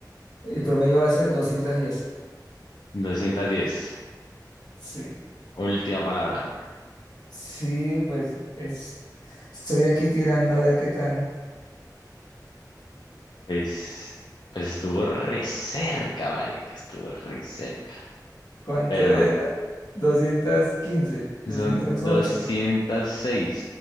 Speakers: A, on the left; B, on the left.
A: el promedio va a ser doscientos diez
B: 210.
A: Sí,
B: Última palabra.
A: sí, pues es. Estoy aquí tirando a ver qué tan.
B: Pues, pues estuvo re cerca, marica, estuvo re cerca.
A: ¿Cuánto
B: Pero
A: era?
B: no,
A: 215, 208.
B: son 206